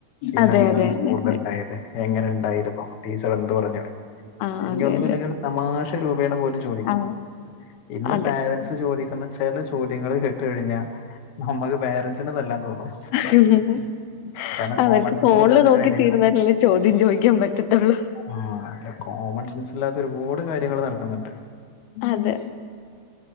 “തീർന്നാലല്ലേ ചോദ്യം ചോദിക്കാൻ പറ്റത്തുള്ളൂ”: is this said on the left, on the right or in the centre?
Left